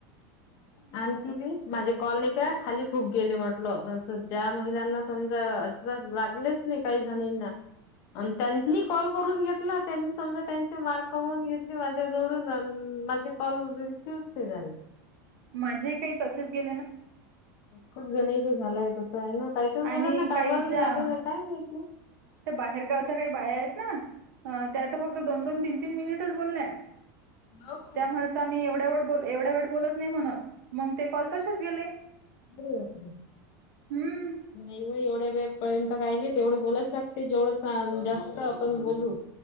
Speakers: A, on the right; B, on the left.
A: <inaudible>
B: आण ती बी, माझे कॉल नी काय खाली खूप गेले म्हटलं ज्या महिलांना समजा लागलेच नाही काही जणींना, अन् त्यांनी कॉल करून घेतला त्यांनी समजा त्यांचे मार्क कमवून घेतले माझ्या जवळून अन, माझे कॉल रिसिवच नाही झाले.
A: माझे ही काही तसेच गे
B: खूप जण इथं दहाला येत तसं आहे ना काहीकाही महिलाना
A: आणि
B: तासभर
A: काही ज्या
B: भी लागत अस काय काय माहिती
A: त्या बाहेरगावच्या काही बाया आहेत. ना त्या आता फक्त दोन दोन तीन तीन मिनिटच बोलल्या
B: हो का
A: त्यामुळे एवढ एढ्या वेळ एवढ्या वेळ बोलत नाही हे म्हणत मग ते कॉल तसेच गेले.
B: अरे बापरे
A: हम्म
B: नाही हो एवढ्या वेळ पर्यंत काहिले तेवढं बोलाच लागते जेवढं जास्त आपण बोलू